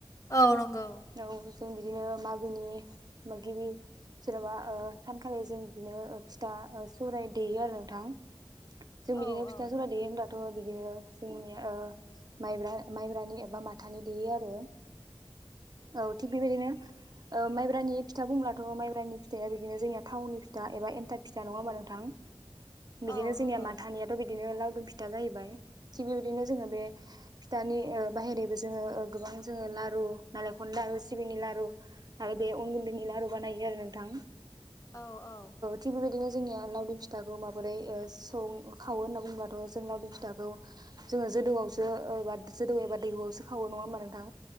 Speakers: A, on the left; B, on the right.
A: औ नंगौ
B: औ जों बिदिनो मागोनि गिबि जेन'बा ओ सानखालि जों बिदिनो ओ फिथा ओ सौराय देयो आरो नोंथां जों
A: औ
B: बिदिनो
A: औ
B: फिथा सौराय देयो होनब्लाथ' बिदिनो जोंनिया ओ माइब्रा-माइब्रानि एबा माथानि देयो आरो औ थिग बे बायदिनो ओ माइब्रानि फिथा बुंब्लाथ' माइब्रानि फिथाइआ बि बिदिनो जोंनिया थावननि फिथा एबा एनथाब फिथा नङा होमबा नोंथां बिदिनो
A: औ नंगौ
B: जोंनिया माथानिया बिदिनो लावदुम फिथा जाहैबाय थिग बे बायदिनो जोङो बे फिथानि ओ बाहहेरैबो जोङो ओ गोबां जोङो लारु नारेंखननि लारु सिबिंनि लारु आरो बे उन गुन्दैनि‌ लारु बानायो आरो नोंथां
A: औ औ
B: थिग बे बायदिनो जोंनिया लावदिुम फिथाखौ माबोरै ओ सौ खावो होनना बुंङोबाथ' जों लावदुम फिथाखौ जोङो जोदौआवसो ओ एबा जोदौ एबा दैहुआवसो खावो नङा होमबा नोंथां